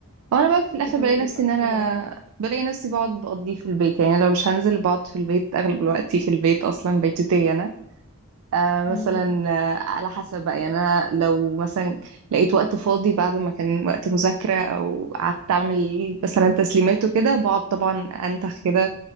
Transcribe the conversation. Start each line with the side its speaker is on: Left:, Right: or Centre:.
Right: وانا بقى في الاخر
Left: انت بتعملي
Right: بلاقي نفسي
Left: ايه في وقت
Right: ان انا
Left: الفراغ
Right: بلاقي نفسي بقعد بقضيه في البيت يعني لو مش هنزل بقعد في البيت اغلب الوقت في البيت اصلا بيتوتية انا آه
Left: امم
Right: مثلا آه على حسب بقى يعني انا لو مثلا لقيت وقت فاضي بعد ما كان وقت مذاكرة او قعدت اعمل مثلا تسليمات وكده بقعد طبعا انتخ كده